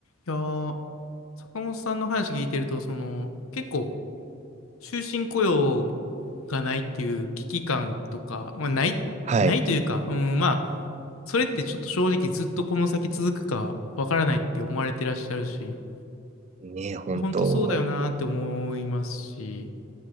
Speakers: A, on the left; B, on the right.
A: いやー、坂本さんの話聞いてると、その、結構、終身雇用がないっていう危機感とか、まあ、ない、
B: はい。
A: ないというか、うん、まあ、それってちょっと正直ずっとこの先続くかわからないって思われてらっしゃるし、
B: ねえ、本当、
A: 本当そうだよなーって思いますし、